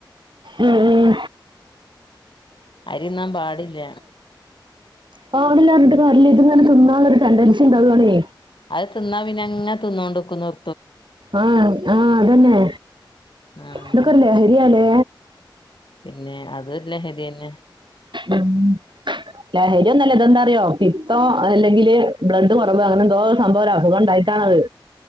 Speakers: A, on the right (about 70°); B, on the left (about 75°).
A: ഉം ഉം
B: അരി തിന്നാൻ പാടില്ല
A: പാടില്ലാറഞ്ഞിട്ട് കാര്യല്ല. ഇത്ങ്ങനെ തിന്നാനൊരു ടെണ്ടൻസി ഇണ്ടാവ്വാണേ
B: അത് തിന്നാ പിന്നെ അങ്ങെ തിന്നോണ്ട്ക്കു. നിർ
A: ആഹ് ആഹ് അതന്നെ.
B: ആഹ്
A: ഇതൊക്കെ ഒരു ലഹരിയാല്ലേ
B: പിന്നെ അതു ഒരു ലഹരി തന്നെ
A: ഉം ലഹരി ഒന്നല്ല. ഇതെന്താറിയോ പിത്തോ അല്ലെങ്കില് ബ്ലഡ് കുറവ് അങ്ങനെ എന്തോ സംഭവാ ഒരു അസുഖണ്ടായി ബാവ്.